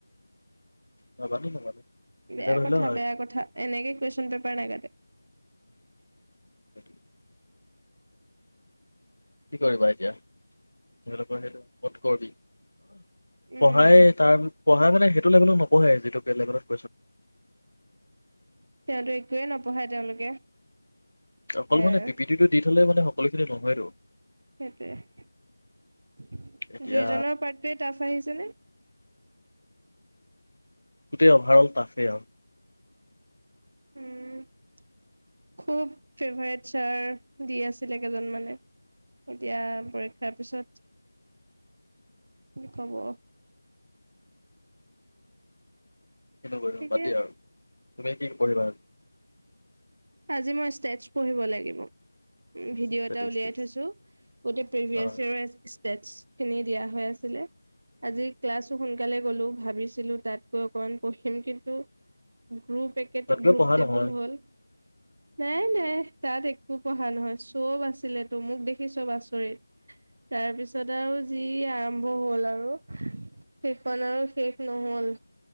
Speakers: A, on the left (about 80°); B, on the right (about 45°).
A: নাজানো নাজানো। তেতিয়া
B: বেয়া
A: ধৰি
B: কথা
A: লোৱা
B: বেয়া কথা এনেকে কুশন পেপাৰ নে লাগাতে
A: স কি কৰিবা এতিয়া তোমালোকৰ সেইটো কত কৰিবি
B: উম
A: পঢ়াই তাৰ পঢাই মানে সেইটো লেভল নঢ়ে যিটো বেলেগত
B: তেওঁতো একয়ে নপঢ়ায় তেওঁলোকে
A: অকল
B: এ
A: মানে
B: আৰু
A: পি পিটি টো দি থলে মানে সকলো খিনি নহয়তো
B: সেইটোৱে
A: এতিয়া
B: দুইজনৰ পাৰ্টোৱে টাফ আহিছেনে
A: গোটেই অভাৰ ৰল তাফে অ
B: উম খুব ফেভাৰট ছাৰ দি আছিল কেইজন মানে এতিয়া পৰীক্ষাৰ পিছত কি কব
A: এনে কৰি
B: ঠিকে
A: বাদ দিয়া আৰু তুমি কি পঢ়ি বাআৰু
B: আজি মই ষ্টেচ পঢ়িব লাগিব ভিডিঅ'
A: ষ্টেটিষ্টিক্স
B: এটা উলিয়াই থৈছো গোট প্ৰিভিয়াছ
A: অ
B: ইয়ে টেচ খিনি দিয়া হৈ আছিলে আজি ক্লাছো সোনকালে গলো ভাবিছিলো তাত গৈ অকমান পঢ়িম কিন্তু গ্ৰুপ একে
A: তাতকৈ
B: গ্ৰুপ
A: পঢ়া
B: টেবুল
A: নহয়
B: হ'ল নাই নাই তাত একো পঢ়া নহয় চব আছিল তো মোক দেখি চব আচৰিত তাৰপিছত আৰু যি আৰম্ভ হল আৰু সেইখন আৰু শেষ নহল